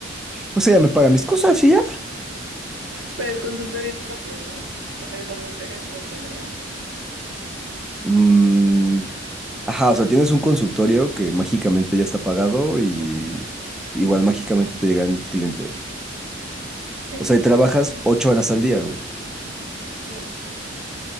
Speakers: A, in the centre; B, on the right.
A: Pues ella me paga mis cosas y ya.
B: Pero el consultorio es propio, ¿no? O sea, el consultorio sí lo tendría.
A: Mm, ajá, o sea, tienes un consultorio que mágicamente ya está pagado y
B: Ujú.
A: igual mágicamente te llegan clientes.
B: Sí,
A: O sea, y trabajas
B: cien por ciento
A: ocho horas al día, güey.
B: Sí,